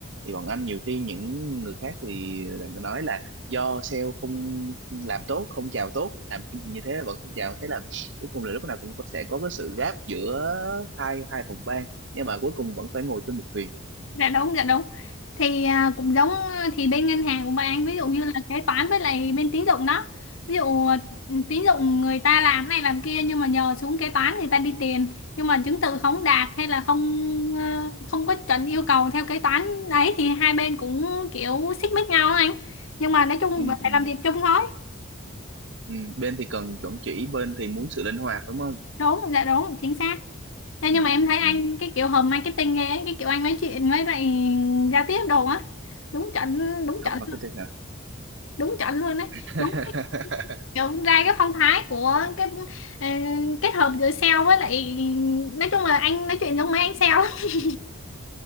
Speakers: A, on the right; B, on the left.
A: thì bọn anh nhiều khi những người khác thì nói là do sale không làm tốt không chào tốt làm chương trình như thế mà vẫn không chào thế là cuối cùng là lúc nào cũng có- sẽ có cái sự gap giữa hai hai phòng ban nhưng mà cuối cùng vẫn phải ngồi chung một thuyền
B: dạ đúng dạ đúng thì à, cũng
A: ừ.
B: giống à, thì bên ngân hàng của bạn ví dụ như là kế toán với lại bên tín dụng đó ví dụ à, tín dụng người ta làm này làm kia nhưng mà nhờ xuống kế toán người ta đi tiền nhưng mà chứng từ không đạt hay là không à, không có chuẩn yêu cầu theo kế toán đấy thì hai bên cũng kiểu xích mích nhau á anh nhưng mà nói chung
A: Ừ.
B: vẫn phải
A: Ừ.
B: làm việc chung thôi
A: Ừ. bên thì cần chuẩn chỉ bên thì muốn sự linh hoạt đúng không
B: đúng dạ đúng chính xác Thế
A: ừ.
B: nhưng mà em thấy anh
A: Ừ.
B: cái kiểu hầm marketing ghê ấy, cái kiểu anh nói chuyện với lại giao tiếp đồ á đúng chuẩn đúng
A: Học
B: chuẩn
A: marketing hả
B: đúng chuẩn luôn đấy
A: <laughs>
B: đúng cái- kiểu ra cái phong thái của cái ờ, kết hợp giữa sale với lại nói chung là anh nói chuyện giống mấy anh sale lắm. <laughs>